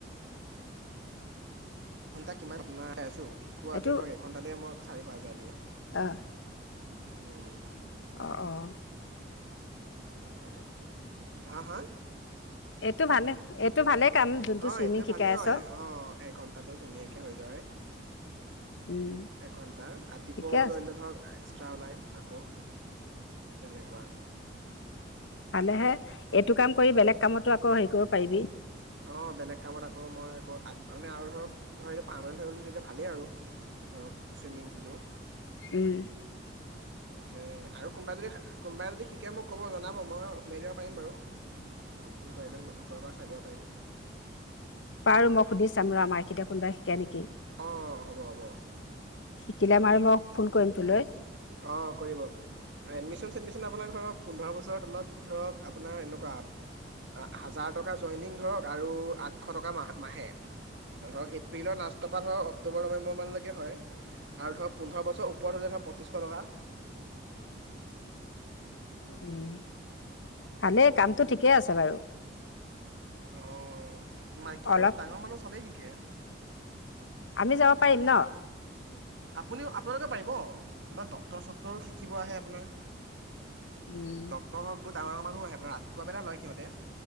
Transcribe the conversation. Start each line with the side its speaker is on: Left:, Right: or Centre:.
Right: ঘণ্টা কিমান আপোনাৰ পাইছোঁ শিকোৱাটোৱে
Left: এইটো
Right: ধৰ, এঘণ্টাতে মই চাৰি, পাঁচ হাজাৰ দিয়ে।
Left: অ।
Right: উম।
Left: অঁ, অঁ।
Right: কেলে? হা, হা!
Left: এইটো ভালে, এইটো ভালে কাম, যোনটো
Right: অঁ
Left: চুইমিং
Right: এইটোৱে
Left: শিকাই
Right: ভালেই
Left: আছ।
Right: হয় অঁ এঘণ্টাতে ধুনীয়াকে হৈ যায়।
Left: উম
Right: এঘন্টা ৰাতিপুৱা
Left: ঠিকে আছে
Right: ধৰিলে ধৰক এক্সট্ৰা ওলায়। আকৌ তেনেকুৱা।
Left: ভালেহে, এইটো কাম কৰি বেলেগ কামতো আকৌ হেৰি কৰিব পাৰিবি।
Right: অঁ বেলেগ কামত আকৌ মই আকৌ আ মানে আৰু ধৰক ধৰা এতিয়া পাৰমানেণ্ট হৈ গ'লো তেতিয়া ভালেই আৰু ধৰক চুইমিংটো।
Left: উম।
Right: তাকে আৰু কোনোবা যদি হা, কোনোবাই যদি শিকে মোক ক'ব জনাব, মই সোমাই দিব পাৰিম বাৰু। ফোন - চোন কৰেহেঁতেন মই শিকোৱাৰ পৰা চাই দিব পাৰিম।
Left: পাৰো মই সুধি চাম ৰ আমাৰ এখীতিয়া কোনোবাই শিকে নেকি?
Right: অ, হ'ব হ'ব।
Left: শিকিলে মই আৰু মই ফোন কৰিম তোলৈ।
Right: অ, কৰিব, এডমিশন - ছেডমিছ শন আপোনাক ধৰক, পোন্ধৰ বছৰৰ তলত ধৰক আপোনাৰ এনেকুৱা আপ অ হাজাৰ টকা জইনিং ধৰক আৰু আঠশ টকা মাহ মাহে। ধৰক, এপ্ৰিলৰ লাষ্টপৰা ধৰক অক্টোবৰ, নৱেম্বৰ মানলৈকে হয়, আৰু ধৰক পোন্ধৰ বছৰ ও পৰ হলে ধৰ পঁচিছশ টকা।
Left: উম, ভালেই কামটো ঠিকে আছে বাৰু।
Right: অ, মাইকী মানুহ
Left: অলপ
Right: ডাঙৰ মানুহ চবে শিকে।
Left: আমি যাব পাৰিম ন?
Right: আপুনিও, আপোনালোকে পাৰিব। আমাৰ ডক্টৰ - চক্টৰো শিকিব আহে আপোনাৰ।
Left: উম।
Right: নহক বহু ডাঙৰ মানুহ আহে পোৰা ৰাতিপুৱা পেলাই লয় সিঁহতে।